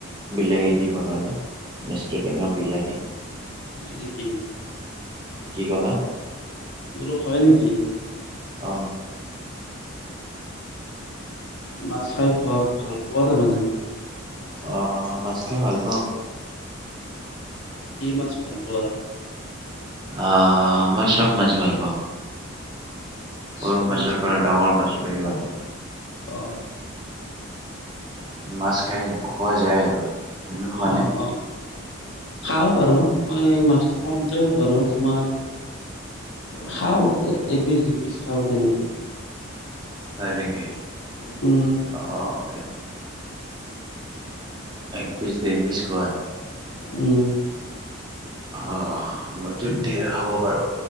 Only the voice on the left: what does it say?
হয় নেকি?
বোলো হয় নেকি?
মাছ খাই পোৱা ভাল পোৱা তাৰ মানে।
কি মাছ ভাল পোৱা
চব
মাছ
ভাল পোৱা
অ।
অ
অ খাওঁ বাৰু। মই মাছটো কমতে হয় বাৰু তোমাৰ, খাওঁ, এপিচ দুপিচ খাওঁ তেনেকে।
উম।
উম।